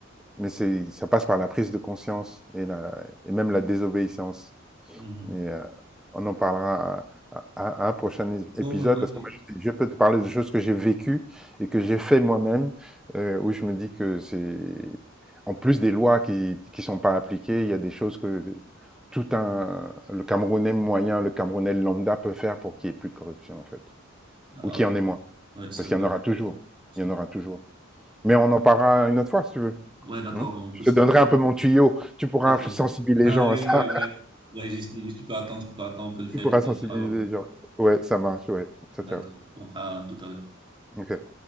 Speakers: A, in the centre; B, on the right (about 25°).
A: Mais ça passe par la prise de conscience et, la, et même la désobéissance.
B: Mhm.
A: Mais, heu, on en parlera à à à un prochain ép
B: Ouais,
A: épisode
B: ouais,
A: parce
B: ouais.
A: que moi je je peux te parler de choses que j'ai vécues et que j'ai fait moi-même, heu, où je me dis que c'est en plus des lois qui qui sont pas appliquées, il y a des choses que tout un le Camerounais moyen, le Camerounais lambda peut faire pour qu'il y ait plus de corruption en fait,
B: Ah,
A: ou qu'il
B: ouais.
A: y en ait moins.
B: Ouais, c'est
A: Parce
B: vrai.
A: qu'il y en aura toujours,
B: C'est
A: il y
B: vrai.
A: en aura toujours. Mais on en parlera une autre fois si tu veux,
B: Ouais, d'accord,
A: mmh?
B: on
A: Je
B: peut se
A: te
B: reprendre.
A: donnerai un peu mon tuyau, tu pourras
B: D'accord.
A: sensibiliser
B: Ah
A: les gens
B: ouais,
A: à ça.
B: ouais, ouais. Ouais, j'y suis, j'y suis pas attendre, je peux attendre, on peut le faire
A: Tu pourras
B: tout à
A: sensibiliser
B: l'heure alors.
A: les gens. Ouais, ça marche, ouais. Ciao,
B: D'accord.
A: ciao.
B: On fera tout à l'heure.
A: Ok.